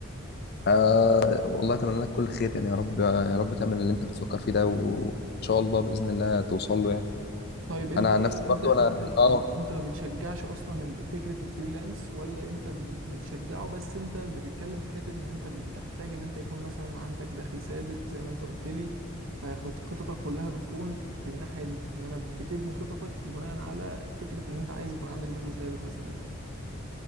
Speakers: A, on the left; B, on the right.
A: آه والله أتمنى لك كل خير يعني يا رب يا رب تعمل اللي أنت بتفكر فيه ده وإن شاء الله بإذن الله توصل له يعني
B: طيب انت
A: أنا
B: بقى
A: عن نفسي
B: انت
A: برضو
B: انت
A: أنا آه,
B: بت انت ما بتشجعش اصلا ال- فكرة الفريلانس ولا انت ب- بتشجعه بس انت بتتكلم في حتة ان انت بتحتاج ان انت يكون مثلا عندك دخل ثابت زي ما انت قلت لي فخططك كلها بتكون في الناحية دي ان انا بتبني خططك بناء على فكرة ان انت عايز يكون عندك دخل ثابت مثلا